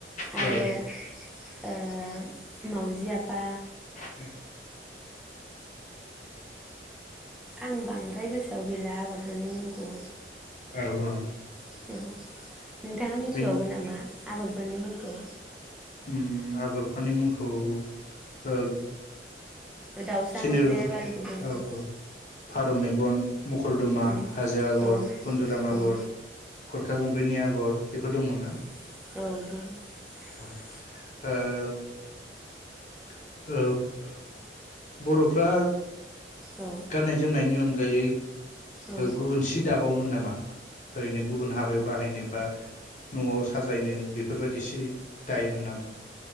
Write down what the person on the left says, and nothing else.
औ
औ
औ ओ
बे
उम आगरफोरनि मुंखौ ओ
सिनि
औ औ फारौ मेगन, मखरदमा,
हाजो आगर,
बुन्दुराम आगर,
गरखा गं <unintelligible> आगर बेफोर दंमोन ना
ओ औ बरफ्रा
गाननाय जोमनायनि अनगायै
गुबुन सि दाबावोन नामा ओरैनो गुबुन हाबायाव बाहायनो बा नआव साजायनो? बेफोरबायदि सि दायोमोन नामा